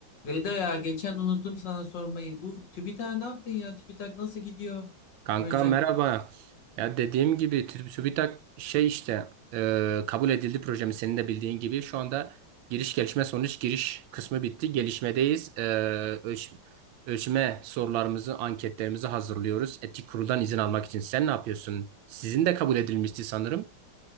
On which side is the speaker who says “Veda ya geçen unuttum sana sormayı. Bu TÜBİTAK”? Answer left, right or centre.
Left